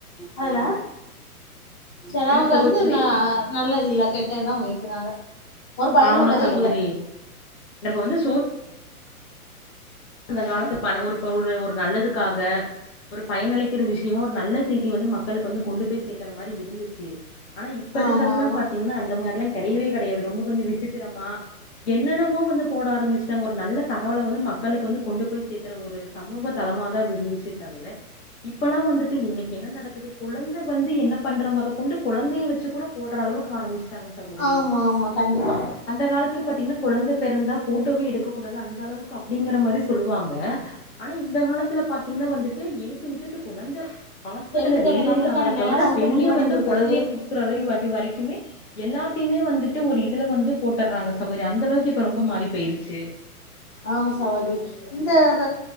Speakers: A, on the left; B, on the left.
A: அதுல செலவ்ங்க
B: என்ன சகோதரி
A: வந்து ந நல்லது இல்ல கெட்டது தா பண்ணிட்ருக்காங்க ஒரு பயனுள்ளதே
B: ஆமா சகோதரி
A: இல்ல
B: நம்ம வந்து இந்த காலத்து பண ஒரு பவுரு ஒரு நல்லதுக்காக ஒரு பயனளிக்கிற விஷ்யமா ஒரு நல்ல செய்தி வந்து மக்களுக்கு வந்து கொண்டு போய் சேக்குற மாரி இருந்துச்சு ஆனா இப்ப இருக்கிறதுலா
A: ஆமா ஆமா
B: பாத்தீங்னா அந்த மார்லா கெடையாவே கெடையாது ரொம்ப கொஞ்ச விசித் திரமா என்னென்னமோ வந்து போட ஆரம்மிச்டாங்க ஒரு நல்ல தகவல வந்து மக் க்களுக்கு வந்து கொண்டு போய் சேக்குற ஒரு சமூக தலமாதா அது இருந்துச்சே தவிர இப்பலா வந்துட்டு இன்னைக்கு என்ன நடக்குது கொழந்த வந்து என்ன பண்ற மொத கொண்டு கொழந்தைய வெச்சு கூட போட்ற அளவுக்கு ஆரம்மிச்சுட்டாங்க சகோதரி
A: ஆமா ஆமா கண்டிப்பா
B: அந்த காலத்துல பாத்தீங்னா கொழந்த பெறந்தா ஃபோட்டோவே எடுக்க கூடாது அந்த அளவுக்கு அப்டிங்கிற மாரி சொல்லுவாங்க ஆனா இந்த காலத்துல பாத்தீங்னா வந்துட்டு ஏ டூ இஜெட்டு கொழந்த ஹாஸ்பிட்டல்ல
A: சரிங்க தோழி
B: டெலிவெரி
A: நம்மளுக்கான
B: ஆகற தவர
A: நேரோ
B: வெளிய
A: முடிவடைந்து
B: வந்து
A: விட்டது
B: கொழந்தைய குடுக்குறதையு வகை வரைக்குமே எல்லாத்தையுமே வந்துட்டு ஒரு இதுல வந்து போட்டுறாங்க சகோதரி அந்த அளவுக்கு இப்ப ரொம்ப மாறி போயிருச்சு
A: ஆமா சகோதரி இந்த இத